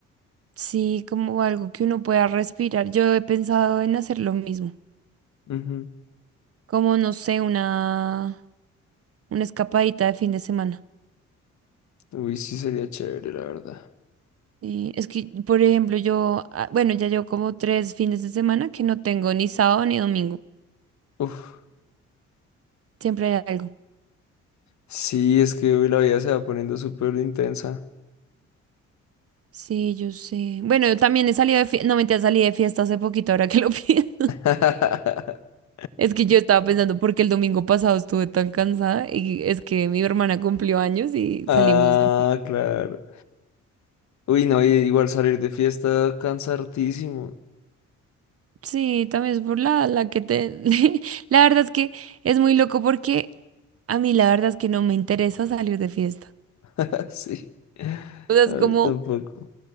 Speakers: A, on the right; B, on the left.
A: Sí, como algo que uno pueda respirar. Yo he pensado en hacer lo mismo,
B: Ujú.
A: como, no sé, una, una escapadita de fin de semana.
B: Uy, sí, sería chévere, la verdad.
A: Sí, es que, por ejemplo, yo, ah, bueno, ya llevo como tres fines de semana que no tengo ni sábado ni domingo,
B: Uf.
A: siempre hay algo.
B: Sí, es que hoy la vida se va poniendo súper intensa.
A: Sí, yo sé. Bueno, yo también he salido de fiesta. No, mentira, salí de fiesta hace poquito, ahora que lo <laughs> pienso.
B: <laughs>
A: Es que yo estaba pensando porque el domingo pasado estuve tan cansada y es que mi hermana cumplió años y
B: Ah,
A: salimos de fiesta.
B: claro. Uy, no, y igual salir de fiesta cansa hartísimo.
A: Sí, también es por la, la que te... <laughs> La verdad es que es muy loco porque a mí la verdad es que no me interesa salir de fiesta.
B: <laughs> Sí,
A: O sea,
B: a
A: es
B: mí
A: como
B: tampoco.